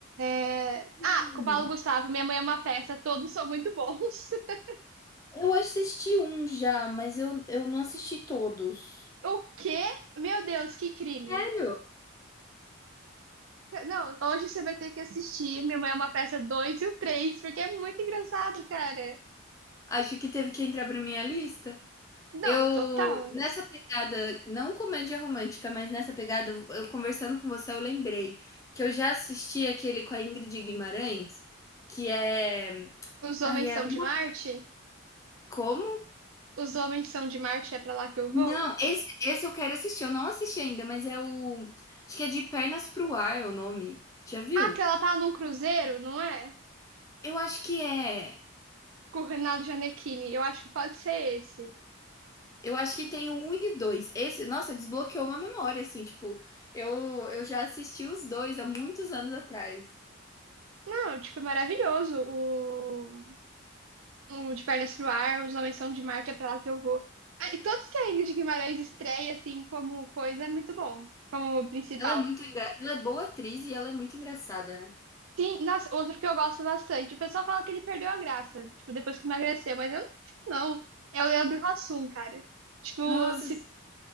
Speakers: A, on the right; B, on the left.
A: É,
B: Hum,
A: ah, com o Paulo Gustavo, Minha Mãe é uma Peça, todos são muito bons. <laughs>
B: eu assisti um já, mas eu, eu não assisti todos.
A: O quê? Meu Deus, que crime.
B: Sério?
A: Não, hoje você vai ter que assistir Minha Mãe é uma Peça dois e o 3 porque é muito engraçado, cara.
B: Acho que teve que entrar pra minha lista.
A: Não,
B: Eu,
A: total.
B: nessa pegada, não comédia romântica, mas nessa pegada, eu conversando com você, eu lembrei que eu já assisti aquele com a Ingrid Guimarães, que é.
A: Os
B: Ai,
A: Homens
B: é
A: São
B: uma.
A: de Marte?
B: Como?
A: Os Homens São de Marte é pra lá que eu
B: Não,
A: vou?
B: esse, esse eu quero assistir, eu não assisti ainda, mas é o. Acho que é De Pernas pro Ar é o nome. Já viu?
A: Ah, que ela tá num cruzeiro, não é?
B: Eu acho que é.
A: Com o Reinaldo Gianecchini. Eu acho que pode ser esse.
B: Eu acho que tem o 1 e 2. Esse, nossa, desbloqueou uma memória, assim, tipo, eu, eu já assisti os dois há muitos anos atrás.
A: Não, tipo, é maravilhoso. O... o De Pernas pro Ar, Os Homens São de Marte, é pra lá que eu vou. Ah, e todos que a Ingrid Guimarães estreia, assim, como coisa, é muito bom, como principal.
B: Ela é muito engra... ela é boa atriz e ela é muito engraçada, né?
A: Sim, nossa, outro que eu gosto bastante. O pessoal fala que ele perdeu a graça, tipo, depois que emagreceu, mas eu não acho que não. É o Leandro Hassum, cara. Tipo,
B: Nossa,
A: se,